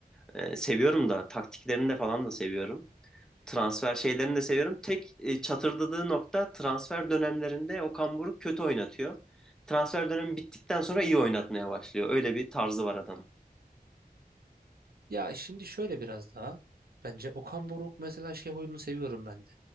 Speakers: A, in the centre; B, on the right (about 75°).
A: Ee, seviyorum da taktiklerini de falan da seviyorum. transfer şeylerini de seviyorum. Tek e, çatırdadığı nokta transfer dönemlerinde Okan Buruk kötü oynatıyor. Transfer dönemi bittikten sonra iyi oynatmaya başlıyor. Öyle bir tarzı var adam.
B: Ya şimdi şöyle biraz daha. Bence Okan Buruk mesela şey oyununu seviyorum ben de.